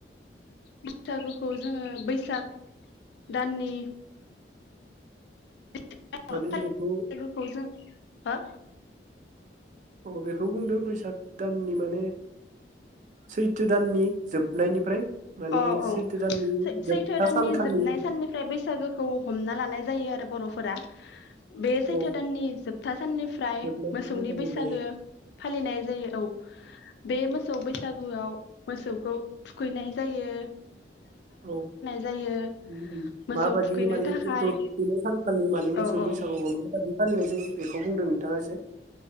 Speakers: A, on the left; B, on the right.
A: बैसागुखौ जोङो बैसाग दाननि। <unintelligible>
B: माने बेखौ
A: लोगोखौ जों हो
B: औ बेखौ बुंदो बैसाग दाननि माने सैथो दाननि जोबनायनिफ्राय माने
A: औ औ
B: सैथो दाननि
A: सैथो
B: जोबथा
A: दाननि
B: सानखालि
A: जोबनाय साननिफ्राय बैसागोखौ हमना लानाय जायो आरो बर' फोरा बे सैथो
B: औौ
A: दाननि जोबथा साननिफ्राय
B: जोबनाय
A: मोसौनि
B: सानखालि
A: बैसागो
B: औ
A: फालिनाय जायो औ बे मोसौ बैसागुआव मोसौखौ थुखैयनाय जायो।
B: औ उम
A: जायो
B: उम
A: मोसौ
B: माबादि
A: थुखैनो
B: माने
A: थाखाय
B: मोसौ थनै सानखालि माने मोसौ
A: औ औ
B: बैसागुखौ माबायदि फालिनाय जायो बेखौ बुंदों। थाखाय सै